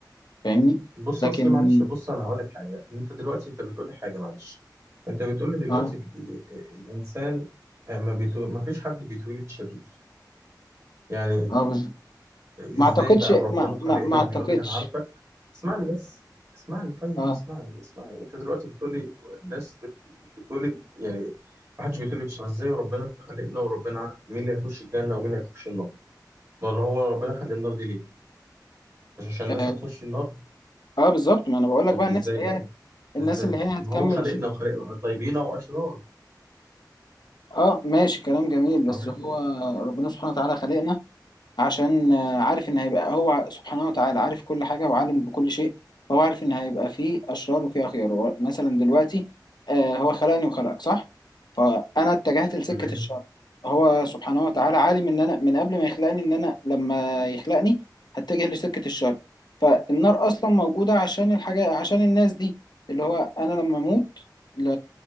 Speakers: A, on the left; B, on the right.
A: فاهمني
B: بص
A: لكن
B: اصل معلش بص انا هقول لك حاجه انت دلوقتي انت بتقول لي حاجه معلش انت بتقول لي دلوقتي
A: اه
B: ال- الانسان آه، ما بيتو... ما فيش حد بيتولد شرير يعني
A: اه بالظبط ما
B: ازاي
A: اعتقدش
B: بقى وربنا
A: ما ما,
B: خلقنا
A: ما اعتقدش
B: وبيقول لك انا عارفك اسمعني بس اسمعني طيب
A: اه
B: اسمعني اسمعني انت دلوقتي بتقول لي الناس بت- بتتولد يعني ما حدش بيتولد شبه ازاي وربنا خلقنا وربنا عارف مين اللي هيخش الجنة ومين هيخش النار ما هو ربنا خلق النار دي ليه مش عشان الناس
A: اه
B: هتخش النار
A: آه، بالظبط ما انا بقول
B: طب
A: لك بقى الناس
B: ازاي
A: اللي
B: بقى
A: هي الناس
B: ازاي
A: اللي هي
B: ما
A: هتكمل
B: هو خلقنا
A: شيء
B: وخلقنا طيبين واشرار
A: اه ماشي كلام جميل بس
B: معايا
A: هو ربنا سبحانه وتعالى خلقنا عشان آه، عارف ان هيبقى هو سبحانه وتعالى عارف كل حاجه وعالم بكل شيء فهو عارف ان هيبقى فيه اشرار وفيه اخيار هو مثلا دلوقتي آه، هو خلقني وخلقك صح فانا اتجهت لسكه
B: تمام
A: الشر هو سبحانه وتعالى عالم ان انا من قبل ما يخلقني ان انا لما يخلقني هتجه لسكه الشر فالنار اصلا موجوده عشان الحاجه عشان الناس دي اللي هو انا لما اموت ل...